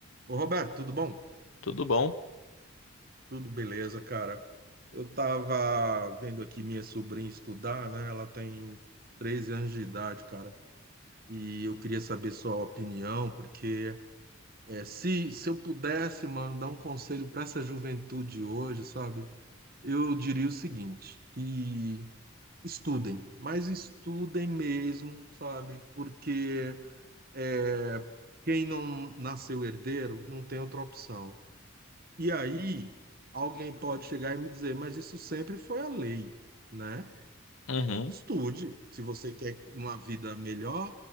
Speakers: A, on the right; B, on the left.
A: Ô Roberto, tudo bom?
B: Tudo bom?
A: Tudo beleza, cara. Eu tava vendo aqui minha sobrinha estudar, né? Ela tem 13 anos de idade, cara. E eu queria saber sua opinião, porque é, se, se eu pudesse, mano, dar um conselho para essa juventude hoje, sabe? Eu diria o seguinte, que estudem, mas estudem mesmo, sabe? Porque é, quem não nasceu herdeiro não tem outra opção. E aí, alguém pode chegar e me dizer, mas isso sempre foi a lei, né?
B: Uhum,
A: Estude, se você quer uma vida melhor,